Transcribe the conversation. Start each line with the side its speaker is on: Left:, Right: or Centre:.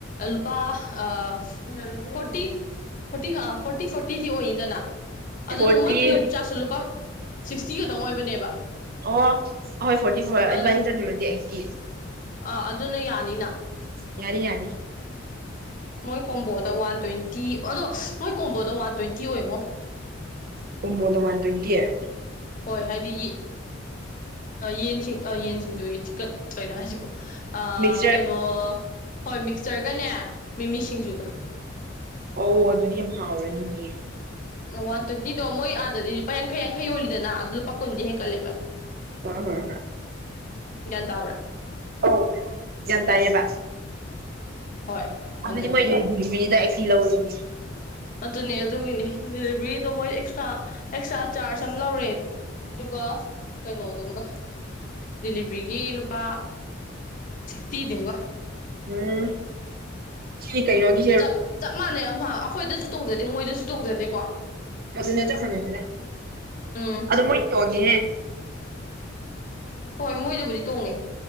Left: ꯂꯨꯄꯥ ꯑ ꯐꯣꯔꯇꯤ ꯐꯣꯔꯇꯤ ꯐꯣꯔꯇꯤ ꯐꯣꯔꯇꯤꯗꯤ ꯑꯣꯏꯅꯤꯗꯅ ꯑꯗꯨꯅ
Right: ꯐꯣꯔꯇꯤ
Left: ꯃꯣꯏ ꯗꯤꯂꯤꯕꯔꯤ ꯆꯥꯁꯨ ꯂꯨꯄꯥ ꯁꯤꯛꯁꯇꯤꯒꯇꯪ ꯑꯣꯏꯕꯅꯦꯕ
Right: ꯑꯣ ꯑꯍꯣꯏ ꯐꯣꯔꯇꯤ ꯐꯣꯔꯕꯥꯅꯤ
Left: ꯑꯗꯨꯅ
Right: ꯆꯂꯨꯔꯒꯦ ꯑꯩꯒꯤ
Left: ꯑꯥ ꯑꯗꯨꯅ ꯌꯥꯅꯤꯅ
Right: ꯌꯥꯔ ꯌꯥꯅꯤ
Left: ꯃꯣꯏ ꯀꯣꯝꯕꯣꯗ ꯋꯥꯟ ꯇ꯭ꯋꯦꯟꯇꯤ ꯑꯗꯣ ꯃꯣꯏ ꯀꯣꯝꯕꯣꯗ ꯋꯥꯟ ꯇ꯭ꯋꯦꯟꯇꯤ ꯑꯣꯏꯉꯣ
Right: ꯀꯨꯝꯃꯣꯗꯃꯥꯟ ꯇ꯭ꯋꯦꯟꯇꯤꯑꯦ
Left: ꯍꯣꯏ ꯍꯥꯏꯗꯤ ꯌꯦꯟꯁꯤꯡ ꯌꯦꯟꯁꯤꯡꯁꯨ ꯆꯤꯛꯀꯠ ꯀꯩꯅꯣ ꯍꯥꯏꯁꯤꯕꯣ
Right: ꯃꯤꯛꯆꯔ
Left: ꯀꯩꯅꯣ ꯍꯣꯏ ꯃꯤꯛꯆꯔꯒꯅꯦ ꯃꯤꯃꯤ ꯁꯤꯡꯖꯨꯒ
Right: ꯑꯣ ꯑꯗꯨꯗꯤ ꯌꯥꯝ ꯍꯥꯎꯔꯅꯤꯌꯦ
Left: ꯑꯣ ꯋꯥꯟ ꯇꯥꯋꯦꯟꯇꯤꯗꯣ ꯃꯣꯏ ꯑꯥꯗꯗꯤ ꯂꯨꯄꯥ ꯌꯥꯡꯈꯩ ꯌꯥꯡꯈꯩ ꯌꯣꯜꯂꯤꯗꯅ ꯑꯗꯨ ꯂꯨꯄꯥ ꯀꯨꯟꯗꯤ ꯍꯦꯟꯀꯠꯂꯦꯕ
Right: ꯍꯣꯏ ꯍꯣꯏ ꯍꯣꯏ
Left: ꯇꯥꯕ꯭ꯔꯥ
Right: ꯑꯧ ꯒ꯭ꯌꯥꯟ ꯇꯥꯏꯌꯦꯕ
Left: ꯍꯣꯏ ꯑꯗꯨꯅꯤ
Right: ꯑꯗꯨꯗꯤ ꯃꯣꯏꯗ ꯗꯦꯂꯤꯅꯤꯗ ꯑꯩ ꯐꯤ ꯂꯧꯔꯦꯅꯦ
Left: ꯑꯗꯨꯅꯦ ꯑꯗꯨꯒꯤꯅꯦ ꯗꯦꯂꯤꯚꯔꯤꯗꯣ ꯃꯣꯏ ꯑꯦꯛꯁꯇ꯭ꯔꯥ ꯑꯦꯛꯁꯇ꯭ꯔꯥ ꯆꯥꯔꯖ ꯑꯃ ꯂꯧꯔꯦ ꯑꯗꯨꯒ ꯀꯩꯅꯣꯗꯨꯝꯒ ꯗꯤꯂꯤꯚꯔꯤꯒꯤ ꯂꯨꯄꯥ ꯛꯇꯤꯗꯕ
Right: ꯎꯝ ꯁꯤ ꯀꯩꯅꯣꯒꯤ
Left: ꯆꯞ ꯆꯞ ꯃꯥꯟꯅꯩ ꯑꯃ ꯑꯩꯈꯣꯏꯗꯁꯨ ꯇꯣꯡꯖꯗꯦ ꯃꯣꯏꯗꯁꯨ ꯇꯣꯡꯖꯗꯦꯀꯣ
Right: ꯑꯗꯨ ꯅꯠꯇ ꯃꯅꯦꯗ
Left: ꯎꯝ
Right: ꯑꯗ ꯃꯔꯤ ꯇꯣꯅꯤ
Left: ꯍꯣꯏ ꯃꯣꯏꯗꯕꯨꯗꯤ ꯇꯣꯡꯉꯦ